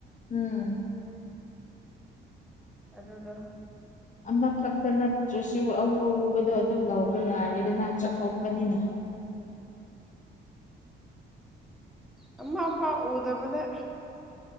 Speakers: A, on the left (about 40°); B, in the centre.
A: ꯎꯝ
B: ꯑꯗꯨꯗꯣ
A: ꯑꯃꯈꯛꯇ ꯅꯠꯇ꯭ꯔꯁꯨ ꯑꯎ ꯑꯎꯕꯗꯣ ꯑꯗꯨꯝ ꯂꯧꯕ ꯌꯥꯔꯦꯗꯏ ꯆꯠꯊꯣꯛꯄꯅꯤꯅ
B: ꯑꯣꯏ ꯃꯥ ꯐꯥꯎ ꯎꯗꯕꯗ